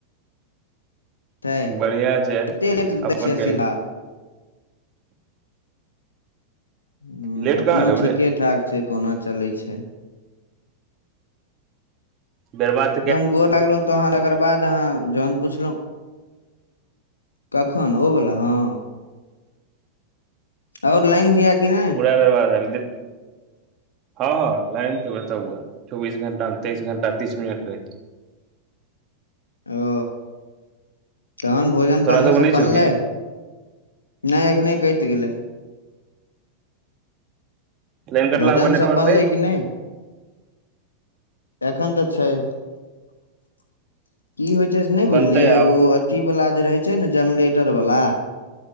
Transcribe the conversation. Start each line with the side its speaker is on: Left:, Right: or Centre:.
Left: छै
Right: बढ़िया छै
Left: कते लेट दै
Right: अपन
Left: छियै
Right: कही
Left: आशीर्वाद हँ
Right: लेट
Left: अपनो
Right: कहाँ रहौ
Left: ठीके
Right: रे
Left: ठाक छै कोहुना चलै छै
Right: बेरबाद
Left: एकगम गोड़ लागलहुँ तहन एकर बाद <unintelligible> जहन पुछलहु कखन ओ वला हँ आओ लइन छै कि नहि
Right: थोड़ा देर बाद आयल दि हँ हँ लाइन ते बताब चौबीस घंटा मे तेइस घंटा तीस मिनट रहे
Left: ओ तहन भोजन
Right: तोरा
Left: पानिसभ
Right: सबके नहि छौ
Left: बनलै
Right: की
Left: नहि एखने कटि गेलै
Right: लाइन कटलाक
Left: भोजन
Right: के बाद नेटवर्क
Left: सभ बनलै
Right: रहै छौ
Left: कि नहि एखन तऽ छै की होइ छै से नहि बुझलियै
Right: बनतै आब
Left: ओ अथीवला जे रहै छै ने जेनरेटरवला